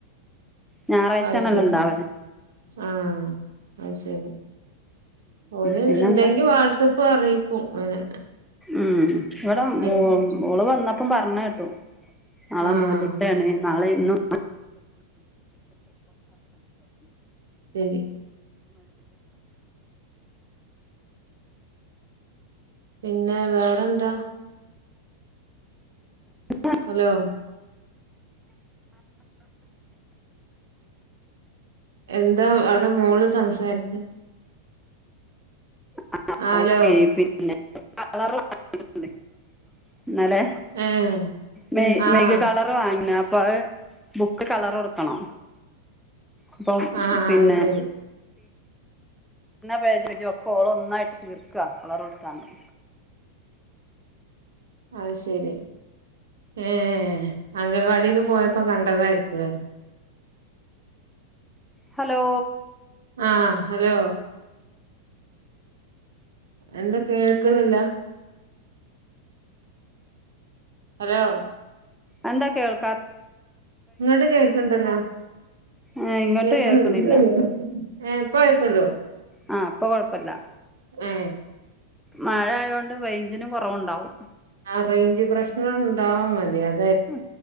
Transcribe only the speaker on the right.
ആ ശ
ആഹ ആ ശരി ഓര്
ഉണ്ടെങ്കി വാട്സആപ്പ് ക്കും അങ്ങനെ
അയിനെ
പറ്റി
ആഹ്
ശരി പിന്നെ വേറെന്താ
ഹലോ എന്താ അവിടെ മോള് സംസാരിരിക്ക
ആഹ് ഹലോ
ഏഹ്
ആഹ്
ആഹ്
അത് ശരി
അ ശരി ഏർ അംഗൽവാടിൽ പോയപ്പോ കണ്ടതായിരിക്കൂലേ
ആഹ ഹലോ എന്താ കേൾക്കണില്ല ഹലോ
ഇങ്ങോട്ട് കേക്കണ്ടല്ലോ
കേക്കണില്ലേ
ഇപ്പ കേക്കണ്ടോ
എ
ആ റേഞ്ച് പ്രശ്നങ്ങനമുണ്ടാവമതി അ-